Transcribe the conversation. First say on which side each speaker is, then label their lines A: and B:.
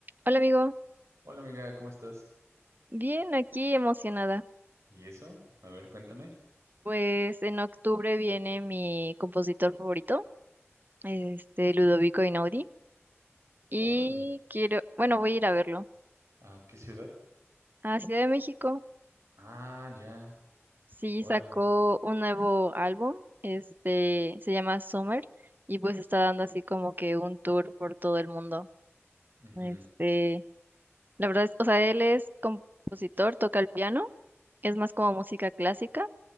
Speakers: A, on the right; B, on the right.
A: Hola amigo,
B: Hola amiga, ¿cómo estás?
A: bien aquí emocionada.
B: ¿Y eso? A ver, cuéntame.
A: Pues en octubre viene mi compositor favorito, este Ludovico Einaudi, y
B: Órale.
A: quiero, bueno, voy a ir a verlo
B: ¿A qué ciudad?
A: a Ciudad de México.
B: Ah, ya.
A: Sí,
B: Órale.
A: sacó un nuevo álbum, este se llama Summer, y pues está dando así como que un tour por todo el mundo.
B: Ujú,
A: Este, la verdad es, o sea, él es compositor, toca el piano, es más como música clásica.